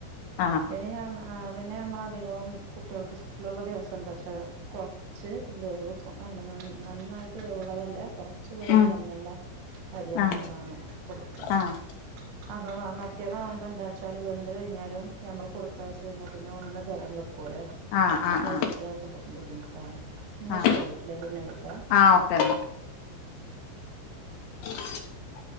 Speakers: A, on the left; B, on the right.
A: ആഹ്
B: പിന്നെ ഞ പിന്നെ നമ്മള അധികം കുട്ടികൾക്ക് സ്കൂളുള്ള ദിവസം എന്താ പക്ഷെ കുറച്ച് വേവ് എന്താ നന്നായിട്ട് വേവ് ഉള്ളതല്ല കുറച്ച് കുറച്ച് വേവ്
A: ഉം
B: കമ്മിയുള്ള അരി അങ്ങനെ
A: ആഹ്
B: വാങ്ങ കൊടുക്കും
A: ആഹ്
B: അപ്പ മറ്റേതാവുബം എന്താ വച്ചാൽ വെന്ത് കഴിഞ്ഞാലും നഞമ്മൾ കൊടുത്തച്ച കഴിഞ്ഞാൽ പിന്നെ ഒന്ന് ബലം വെക്കും ലോ
A: ആഹ്
B: അപ്പ
A: ആഹ് ആഹ്
B: കുട്ടികൾക്ക് ബുദ്ധിമുട്ടാണ് എന്നാ
A: ആഹ്
B: ശരി വീട്ടില്ലേ പിന്നെ വിളിക്കാ
A: ആഹ് ഓക്കെ ന്നാ <inaudible>